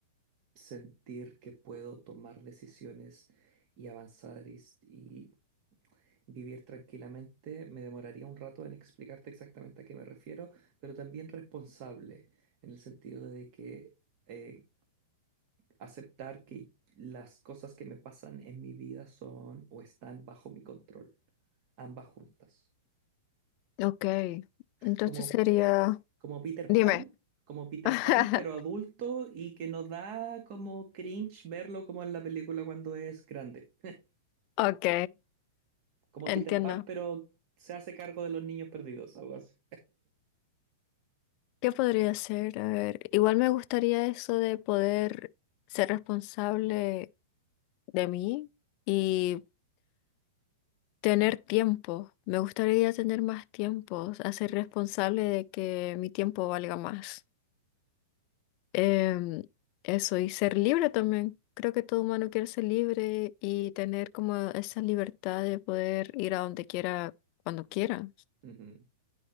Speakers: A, on the right; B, on the left.
A: sentir que puedo tomar decisiones y avanzar y, s- y vivir tranquilamente. Me demoraría un rato en explicarte exactamente a qué me refiero, pero también responsable, en el sentido de que eh, aceptar que las cosas que me pasan en mi vida son o están bajo mi control, ambas juntas.
B: Ok, entonces
A: Como,
B: sería,
A: como Peter
B: dime.
A: Pan. Como Peter
B: <laughs>
A: Pan, pero adulto y que nos da como cringe verlo como en la película cuando es grande.
B: Ok,
A: como
B: entiendo.
A: Peter Pan, pero se hace cargo de los niños perdidos, algo así.
B: ¿Qué podría ser? A ver, igual me gustaría eso de poder ser responsable de mí y tener tiempo. Me gustaría tener más tiempo, hacer responsable de que mi tiempo valga más. Em, eso, y ser libre también. Creo que todo humano quiere ser libre y tener como esa libertad de poder ir a donde quiera, cuando quiera.
A: Ujú,